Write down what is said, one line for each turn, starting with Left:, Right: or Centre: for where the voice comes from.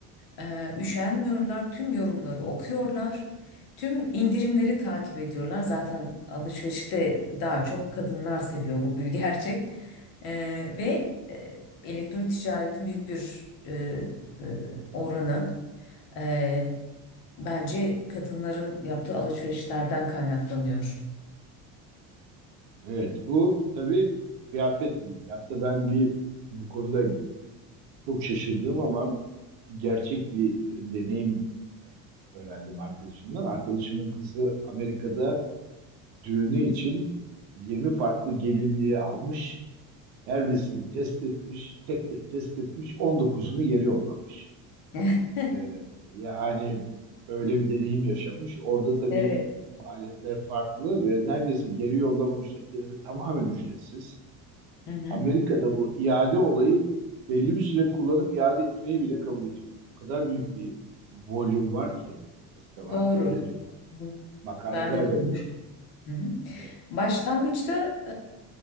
Left: Ee, üşenmiyorlar, tüm yorumları okuyorlar, tüm indirimleri takip ediyorlar. Zaten alışverişte daha çok kadınlar seviyor bu bir <laughs> gerçek. Ee, ve e, elektronik ticaretin büyük bir e, e, oranı e, bence kadınların yaptığı alışverişlerden kaynaklanıyor.
Right: Evet, bu tabii kıyafetle ilgili. Hatta ben bir bu konuda çok şaşırdım ama gerçek bir deneyim öğrendim arkadaşımdan. Arkadaşımın kızı Amerika'da düğünü için 20 farklı gelinliği almış. Her birisini test etmiş, tek tek test etmiş, 19'unu geri yollamış.
Left: <laughs>
Right: Ee, yani öyle bir deneyim yaşamış. Orada tabii
Left: Evet.
Right: maliyetler farklı ve neredeyse geri yollama ücretleri tamamen ücretsiz.
Left: Hı hı.
Right: Amerika'da bu iade olayı belli bir süre kullanıp iade etmeyi bile kabul ediyorlar. O kadar büyük bir volüm var ki, site var
Left: Doğru.
Right: ki öyle diyorlar.
Left: Hı.
Right: Makaleler
Left: Ben de duymuştum.
Right: de bu yönde.
Left: Hı hı.
Right: Evet.
Left: Başlangıçta